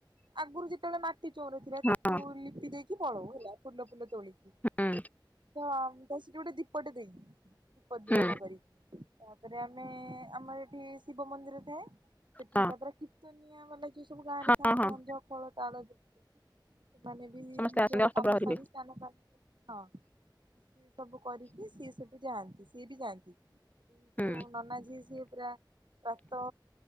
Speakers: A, on the right (about 75°); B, on the left (about 20°).
A: ଆଗରୁ ଯେତେବେଳେ ମାଟି ଚଉରା ଥିଲା
B: ହଁ
A: ତାକୁ ଲିପି ଦେଇ କି ପଳଉ ହେଲା ଫୁଲ ଫୁଲ ତୋଳି କି
B: ହୁଁ
A: ତ ତା ସେଟି ଗୋଟେ ଦୀପ ଟେ ଦେଇ ଦୀପ ଦାନ
B: ହୁଁ
A: କରିକି ତାପରେ ଆମେ ଆମର ଏଠି ଶିବ ମନ୍ଦିର ଥାଏ ସେଠି
B: ହଁ
A: ତାପରେ କୀତ୍ତନିଆ ମାନେ ଯୋଉ ସବୁ ଗାଁରେ
B: ହଁ
A: ଥାନ୍ତି
B: ହଁ
A: ଝାଞ୍ଜ ଫଳ ତାଳ ଯ ସେମାନେ ବି
B: ସମସ୍ତେ
A: ନିଜର
B: ଆସନ୍ତି ଅଷ୍ଟପ୍ରହରୀ
A: କାମ ସାରି
B: ହୁଏ
A: ସ୍ନାନ ପା ହଁ ସି ସବୁ କରିକି ସିଏ ସେଠୁ ଯାଆନ୍ତି ସିଏ ବି ଯାଆନ୍ତି। ସେଠି ସେ
B: ହୁଁ।
A: ଯଉ ନନାଝୀ ସିଏ ପୁରା ପ୍ରାତ